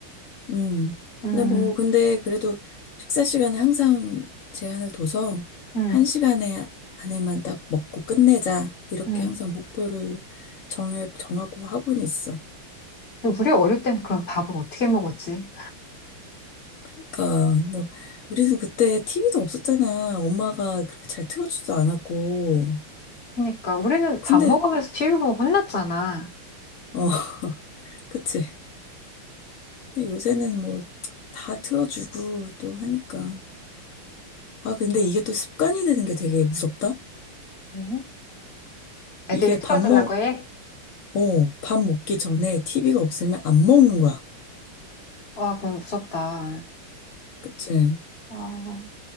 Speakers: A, on the left (about 70°); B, on the left (about 35°).
A: 음.
B: 음,
A: 근데 뭐, 근데 그래도 식사 시간에 항상 제한을 둬서
B: 음,
A: 한 시간에 안에만 딱 먹고 끝내자. 이렇게
B: 음.
A: 항상 목표를 정해, 정하고 하고는 있어.
B: 우리 어릴 땐 그럼 밥을 어떻게 먹었지?
A: 그러니까, 너- 우리는 그때 TV도 없었잖아. 엄마가 그렇게 잘 틀어주지도 않았고.
B: 그러니까 우리는
A: 근데,
B: 밥 먹으면서 TV 보고 혼났잖아.
A: 어, <laughs> 그치. 근데 요새는 뭐, 다 틀어주고 또 하니까. 아, 근데 이게 또 습관이 되는 게 되게 무섭다?
B: 음. 애들이
A: 이게 밥먹
B: 틀어주려고 해?
A: 어, 밥 먹기 전에 TV가 없으면 안 먹는 거야.
B: 와, 그건 무섭다.
A: 그치?
B: 아,